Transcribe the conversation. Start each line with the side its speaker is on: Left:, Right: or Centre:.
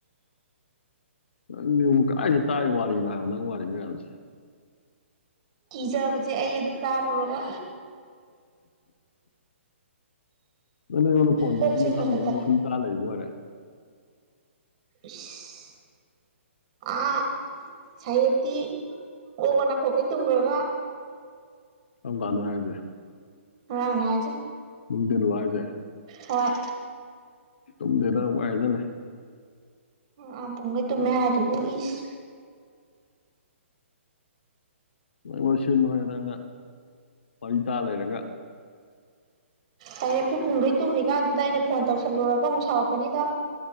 Left: ꯅꯪꯖꯤꯕꯨ ꯀꯗꯥꯏꯗꯩ ꯇꯥꯏ ꯋꯥꯔꯤꯅꯣ ꯍꯥꯏꯕ ꯅꯪ ꯋꯥꯔꯤ ꯃꯌꯥꯝꯁꯦ
Right: ꯀꯤꯖꯕꯖꯦ ꯑꯩ ꯑꯗꯨ ꯇꯥꯔꯨꯔꯒ
Left: ꯅꯪꯗꯤ ꯑꯩꯉꯣꯟꯗ ꯐꯣꯟ
Right: ꯀꯣꯛꯁꯦ
Left: ꯇꯧꯔꯛꯀꯅꯤ
Right: ꯈꯔ
Left: ꯈꯟꯗꯕꯩ
Right: ꯈꯔ ꯇꯜꯂꯦ
Left: ꯋꯥꯔꯤ ꯇꯔꯥ ꯂꯩꯔꯤꯕ ꯑꯣꯏꯔꯦ
Right: ꯏꯁ ꯑ ꯁꯥꯍꯦꯞꯇꯤ ꯒꯣꯛ ꯒꯣꯛ ꯅꯈꯣꯛꯈꯩ ꯇꯨꯝꯒ꯭ꯔꯒ
Left: ꯀꯝꯀꯥꯟꯗꯅꯣ ꯍꯥꯏꯖꯦ
Right: ꯉꯔꯥꯡꯅꯦ ꯍꯥꯏꯖꯦ
Left: ꯅꯨꯡꯗꯤꯜꯂꯣ ꯍꯥꯏꯖꯦ
Right: ꯍꯣꯏ
Left: ꯇꯨꯝꯗꯦꯗ ꯋꯥꯏꯍꯥꯏꯖꯜ ꯂꯩ
Right: ꯑ ꯄꯨꯡꯒꯩ ꯇꯨꯝꯃꯦ ꯍꯥꯏꯗꯨꯕꯨ ꯏꯁ
Left: ꯅꯪꯂꯣꯏ ꯁꯤꯜꯂꯨ ꯍꯦ ꯅꯪꯅ ꯋꯥꯔꯤ ꯇꯥ ꯂꯩꯔꯒ
Right: <unintelligible> ꯄꯨꯡꯒꯩ ꯇꯨꯝꯃꯤꯀꯥꯟꯗꯨꯗ ꯑꯩꯅ ꯐꯣꯟ ꯇꯧꯁꯜꯂꯨꯔꯒ ꯑꯃꯨꯛ ꯁꯥꯎꯔꯛꯀꯅꯤꯗ